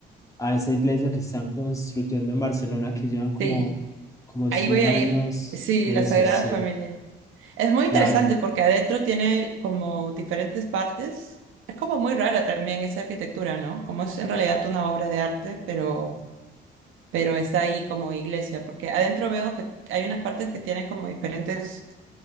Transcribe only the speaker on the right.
Sí,
ahí
voy a
ir. Sí,
la Sagrada
Familia. Es muy interesante
porque adentro tiene como diferentes partes. Es como muy rara también esa arquitectura, ¿no? Como es en realidad una obra de arte, pero, pero está ahí como iglesia, porque adentro veo que hay unas partes que tienen como diferentes,